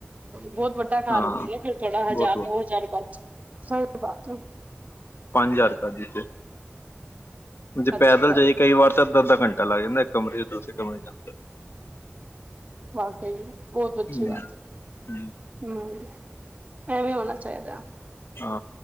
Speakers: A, on the right; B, on the left.
A: ਬਹੁਤ ਵੱਡਾ ਕਾਰਨ।
B: ਹਾਂ
A: ਹੁੰਦੀ ਹੈ ਫਿਰ ਥੋੜਾ ਹਜ਼ਾਰ
B: ਬਹੁਤ ਵਧੀਆ
A: ਦੋ ਹਜ਼ਾਰ ਬਚ ਸਹੀ। ਬਾਤ ਹੈ
B: ਹਜ਼ਾਰ ਕਰਦੀ ਤੇ ਜੇ
A: ਅੱਛੀ
B: ਪੈਦਲ
A: ਗੱਲ
B: ਜਾਈ ਕਈ ਵਾਰ ਤਾਂਦ ਘੰਟਾ ਲੱਗ ਜਾਂਦਾ ਇੱਕ ਕਮਰੇ ਚ ਦੂਸਰੇ ਕਮਰੇ ਚ ਜਾਣ ਦਾ
A: ਬਾਕਈ ਬਹੁਤ ਅੱਛੀ
B: ਹੂੰ
A: ਬਾਤ
B: ਹੂੰ
A: ਹਮ ਇਹ ਵੀ ਹੋਣਾ ਚਾਹੀਦਾ
B: ਹਾਂ